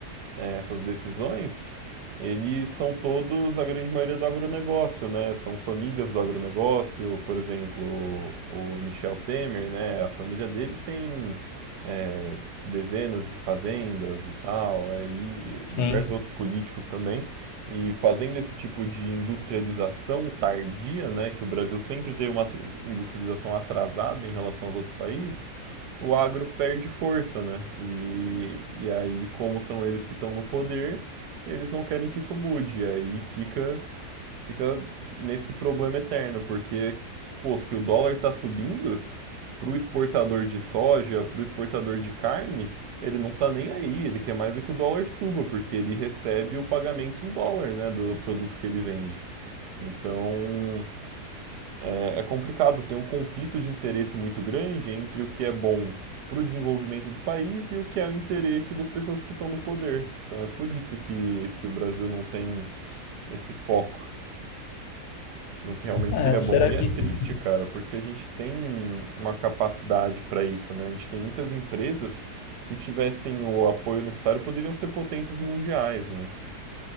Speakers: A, on the right; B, on the left.
A: né, essas decisões, eles são todos, a grande maioria, do agronegócio, né? São famílias do agronegócio, por exemplo, o Michel Temer, né? A família dele tem é, dezenas de fazendas e tal, é, e diversos
B: Sim.
A: outros políticos também. E fazendo esse tipo de industrialização tardia, né? Que o Brasil sempre teve uma industrialização atrasada em relação aos outros países, o agro perde força, né? E, e aí, como são eles que estão no poder, eles não querem que isso mude. E aí fica, fica nesse problema eterno, porque, pô, se o dólar tá subindo, pro exportador de soja, pro exportador de carne, ele não tá nem aí. Ele quer mais é que o dólar suba, porque ele recebe o pagamento em dólar, né, do produto que ele vende. Então, é, é complicado, tem um conflito de interesse muito grande entre o que é bom para o desenvolvimento do país e o que é o interesse das pessoas que estão no poder. Então é por isso que, que o Brasil não tem esse foco no que realmente
B: É,
A: seria bom.
B: será
A: E
B: que
A: é triste, cara, porque a gente tem uma capacidade para isso, né? A gente tem muitas empresas que, se tivessem o apoio necessário, poderiam ser potências mundiais, né?